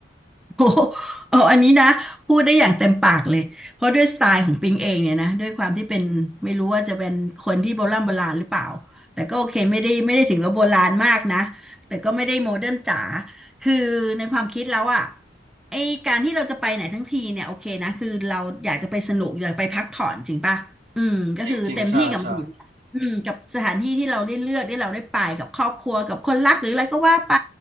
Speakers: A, in the centre; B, on the right (about 35°).
A: โอ้โหเอออันนี้นะพูดได้อย่างเต็มปากเลยเพราะด้วยสไตล์ของปิงเองเนี่ยนะด้วยความที่เป็นไม่รู้ว่าจะเป็นคนที่โบราณโบราณหรือเปล่าแต่ก็โอเคไม่ได้ไม่ได้ถึงกับโบราณมากนะแต่ก็ไม่ได้โมเดิร์นจ๋าคือในความคิดแล้วอ่ะไอการที่เราจะไปไหนทั้งทีเนี่ยโอเคนะคือเราอยากจะไปสนุกอยากไปพักผ่อนจริงป่ะอืมก็คือเต็มที่กับมันอยู่แล้วอืมกับสถานที่ที่เราได้เลือกที่เราได้ไปกับครอบครัวกับคนรักหรืออะไรก็ว่าไป
B: จริงๆใช่ใช่